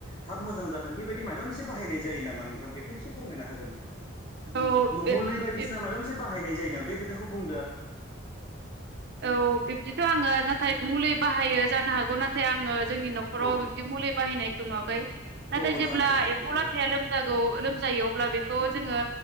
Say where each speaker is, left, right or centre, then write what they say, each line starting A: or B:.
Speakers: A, on the left (about 25°); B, on the right (about 55°).
A: थाब मोजां जाथों बेबायदि मायबा मोन से बाहायनाय जायो नामा नोंथां बेखौ एसे फोरमायना हागोन
B: औ बे
A: मुलै बायदिसिना
B: बे
A: माबा मोनसे बाहायनाय जायो नामा बे खोथाखौ बुं
B: औ बिब्दिथ' आङो दा नाथाय मुलि बाहायो जानो हागौ नाथाय आङो जोंनि न'खराव
A: औ
B: बिबदि मुलि बाहायनायखौ नुवाखै। नाथाय
A: औ
B: जेब्ला
A: जानोबो हागौ
B: एम्फौ
A: औ
B: लाथाया लोमजागौ- लोमजायो अब्ला बेखौ जोङो